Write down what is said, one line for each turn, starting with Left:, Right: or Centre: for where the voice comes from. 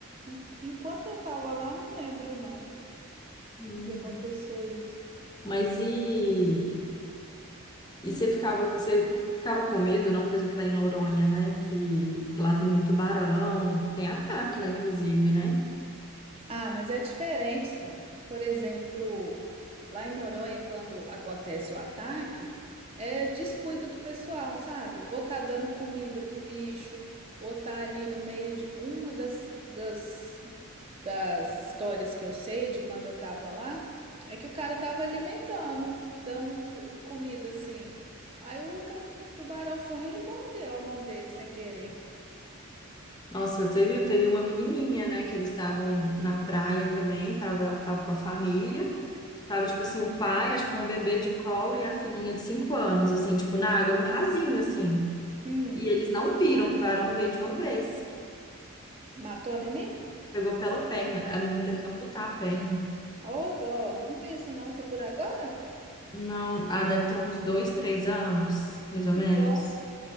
Right: En- Enquanto eu tava lá, não lembro, não,
Left: Hum.
Right: de acontecer isso.
Left: Mas e, e você ficava, você ficava com medo, não? Por exemplo, lá em Noronha, né? Que lá tem muito barão, tem ataque lá, inclusive, né?
Right: Ah, mas é diferente, Su. Por exemplo, lá em Noronha, quando acontece o ataque, é descuido do pessoal, sabe? Ou tá dando comida pro bicho, ou tá ali no meio de uma das, das das histórias que eu sei de quando eu tava lá, é que o cara tava alimentando, dando p- comida assim. Aí o ca- tubarão <laughs> foi e mordeu a mão dele sem querer.
Left: Nossa, você viu? Teve uma menininha, né? Que eles estavam na praia também, tava, ela tava com a família. Tava, tipo assim, o pai, acho que com um bebê de colo e a filhinha de cinco anos, assim, tipo, na água, no rasinho, assim.
Right: Hum,
Left: E eles não viram, o tubarão veio de uma vez.
Right: matou a menina?
Left: Pegou pela perna. A menina teve que amputar a perna.
Right: Ô, dó, não vi isso não, foi por agora?
Left: Não, ah, deve ter uns dois, três anos, mais ou
Right: Que
Left: menos.
Right: dó.